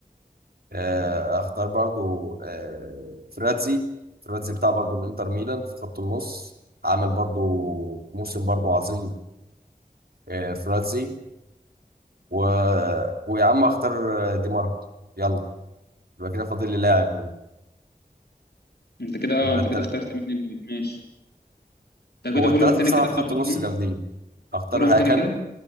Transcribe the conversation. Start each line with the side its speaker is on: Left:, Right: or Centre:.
Right: آه، اختار برضو آه، فراتزي فراتزي بتاع برضو الانتر ميلان في خط النص عامل برضو موسم برضو عظيم آه، فراتزي و... ويا عم اختار دي ماركو يلا يبقى كده فاضل لي لاعب منه.
Left: انت كده اه
Right: يبقى
Left: انت
Right: التلاتة
Left: كده اخترت مين اللي ماشي انت كده
Right: هو الثلاثة
Left: قولهم تاني
Right: بصراحة
Left: كده
Right: في
Left: انت
Right: خط
Left: خدت
Right: النص جامدين اختار
Left: قولهم
Right: هاكان
Left: تاني كده